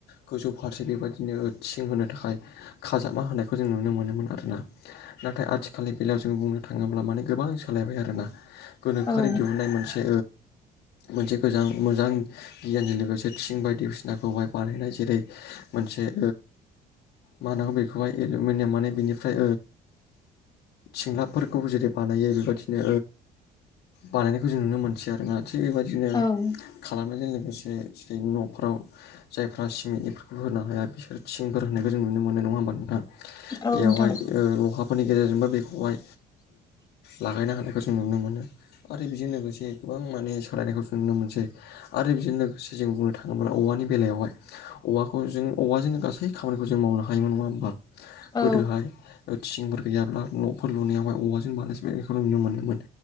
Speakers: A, on the left; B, on the left.
A: गोजौ फारसे बेबायदिनो थिं होनो थाखाय खाजाबमा होनायखौ जों नुनो मोनोमोन आरोना नाथाय आथिखालनि बेलायाव जों बुंनो थाङोब्ला मान गोबां ज सालायबाय आरोना गोनोखोआरि
B: औ
A: दिहुुननाय मोनसे मोनसे गोजां मोजां गियानजों लोगोसे थिं बायदिसिनाखौहाय बाहानाय जेरै मोनसे मा होनांगौ बेखौहाय एलमिनियाम माने बेनिफ्राय सिंलाबफोरखौ जेरै बानायो बेबायदिनो बानायनायखौ जों नुनो मोनसै आरो जोना थिग बेबायदिनो
B: औ
A: खालामनायजों लोगोसे जेरै न'फ्राव जायफ्रा सिमेन्टनिफोरखौ होनो हाया बिसोर थिंफोर होनखौ जों नुनो मोनो नङा होमबा नोंथां
B: औ
A: बेयावहाय
B: नोंथां
A: लहाफोरनि गेजेरजोंबो बेखौहाय लागायनो नायखौ जों नुनो मोनो आरो बेजों लोगोसे गोबां माने सोलायनायखौ जों नुनो मोनसै आरो बेजों लोगोसे जों बुंनो थाङोब्ला औवानि बेलायावहाय औवाखौ जों औवाजों गासै खामानिखौ जों मावनो हायोमोन नङा ह होनोमबा
B: औ
A: गोदोहाय थिंफोर गैयाब्ला न'फोर लुनायावहाय औवाजों बलासि बेखौ नुनो मोनो